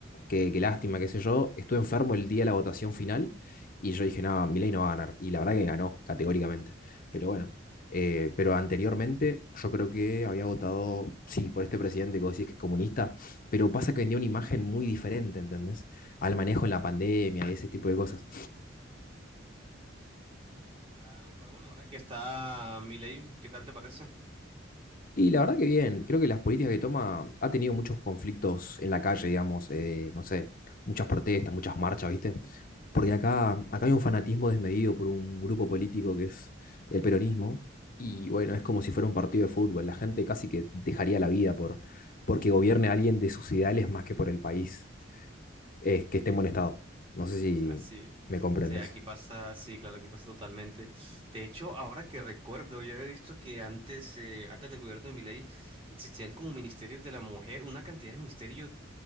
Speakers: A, on the left; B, on the right.
A: qué, qué lástima, qué sé yo. Estuve enfermo el día de la votación final y yo dije, no, Milei no va a ganar. Y la verdad que ganó, categóricamente. Pero bueno, eh, pero anteriormente yo creo que había votado, sí, por este presidente que vos decís que es comunista, pero pasa que vendió una imagen muy diferente, ¿entendés? Al manejo en la pandemia y ese tipo de cosas.
B: Claro, pero bueno, ahora que está Milei, ¿qué tal te parece?
A: Y la verdad que bien, creo que las políticas que toma ha tenido muchos conflictos en la calle, digamos, eh, no sé, muchas protestas, muchas marchas, ¿viste? Porque acá, acá hay un fanatismo desmedido por un grupo político que es el peronismo, y bueno, es como si fuera un partido de fútbol, la gente casi que dejaría la vida por porque gobierne a alguien de sus ideales más que por el país, eh, que esté en buen estado. No sé si
B: así sí,
A: me comprendes.
B: sí, aquí pasa, sí, claro, aquí pasa totalmente. De hecho, ahora que recuerdo, yo he visto que antes, eh, antes del gobierno de Milei existían como ministerios de la mujer, una cantidad de ministerios